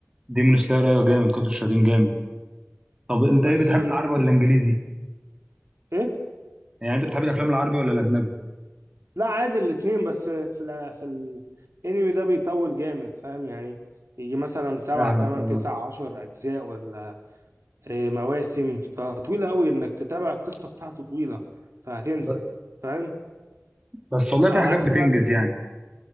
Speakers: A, on the right (about 20°); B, on the right (about 80°).
A: ديمون سلاير ايوه
B: اه
A: جامد قاتل الشياطين جامد طب انت
B: بس
A: ايه بتحب
B: مش
A: العربي ولا الانجليزي
B: ايه
A: يعني انت بتحب الافلام العربي ولا الاجنبي
B: لا عادي الاتنين بس في ال... في الانمي ده بيطول جامد فاهم يعني يجي مثلا سبعة
A: فاهمك
B: تمن
A: اه
B: تسع عشر أجزاء ولا إيه مواسم فطويلة أوي إنك تتابع القصة بتاعته طويلة فهتنسى
A: ب-
B: فاهم
A: بس والله في
B: على
A: حاجات
B: عكس
A: بتنجز
B: بقى ال-
A: يعني